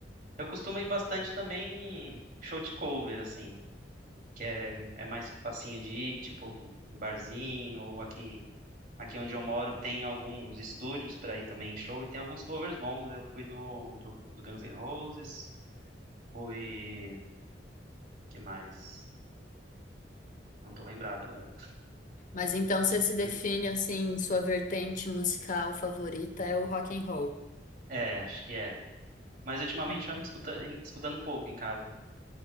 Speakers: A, on the right; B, on the left.
A: Eu costumo ir bastante também em show de cover, assim, que é, é mais facinho de ir, tipo, em barzinho ou aqui Aqui onde eu moro tem alguns estúdios para ir também em show e tem alguns covers bons. Eu fui no, no- do Guns N' Roses, fui, que mais? Não tô lembrado agora.
B: Mas então você se define
A: Mas,
B: assim, sua vertente musical favorita é o rock and roll.
A: é, acho que é. Mas ultimamente
B: Hum.
A: eu ando escuta, em- escutando pouco em casa.